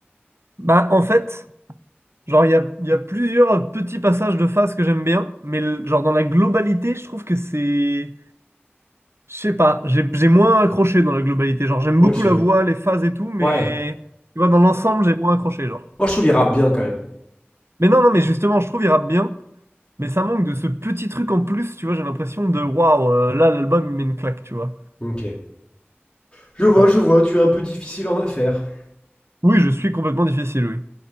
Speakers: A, on the right; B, on the left.
A: Bah, en fait... Genre, il y a, il y a plusieurs petits passages de phase que j'aime bien, mais le- genre dans la globalité, je trouve que c'est... Je sais pas, j'ai j'ai moins accroché dans la globalité. Genre, j'aime
B: Ok.
A: beaucoup la voix, les phases et tout, mais...
B: Ouais.
A: Tu vois, dans l'ensemble, j'ai moins accroché, genre.
B: Moi, je trouve il rappe bien quand même.
A: Mais non, non, mais justement, je trouve il rappe bien, mais ça manque de ce petit truc en plus, tu vois, j'ai l'impression de... Waouh, euh, là, l'album, il met une claque, tu vois.
B: Ok. Je vois,
A: Enfin,
B: je
A: bon.
B: vois, tu es un peu difficile en affaires.
A: oui, je suis complètement difficile, oui.